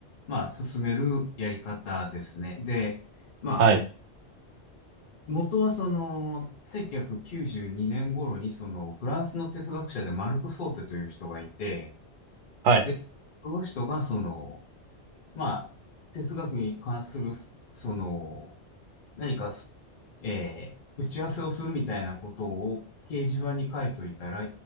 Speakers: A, on the left; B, on the right.
A: まあ、進めるやり方ですね。で、まあ、
B: はい、
A: 元はその、1992年頃にその、フランスの哲学者でマルコ・ソーテという人がいて、
B: はい、
A: で、その人がその、まあ、哲学に関する、その、何かす、えー打ち合わせをするみたいなことを掲示板に書いといたら、